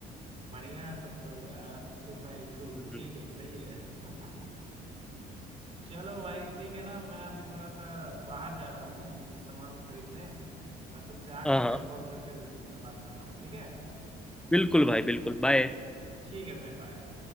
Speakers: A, on the right; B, in the centre.
A: बढ़िया तब तो यार टू बाई टू
B: हम्म,
A: ठीक है सही है <laughs> चलो भाई ठीक है ना मैं अभी थोड़ा सा बाहर जा रहा हूँ कुछ सामान खरीदने मैं तुमसे आके
B: हाँ हाँ
A: फिर कॉल करके तुमसे बात करता हूँ ठीक है
B: बिल्कुल भाई बिल्कुल बाय
A: ठीक है भाई बाय